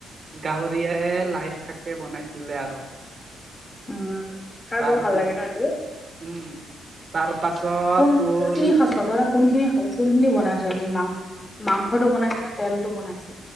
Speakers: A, on the right; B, on the left.
A: গাহৰিয়ে লাইশাকে বনাইছিলে আৰু।
B: উম। খাই
A: তাৰ
B: বৰ ভাল
A: পিছ
B: লাগে ন' এইটো,
A: উম তাৰ পাছত
B: কোন
A: তোৰ
B: কোনখিনি খাইছ তহঁতৰ তাত কোনখিনি খাও কোনখিনি বনাইছে আজি মাং মাংসটো বনাইছে নে তেলটো বনাইছে?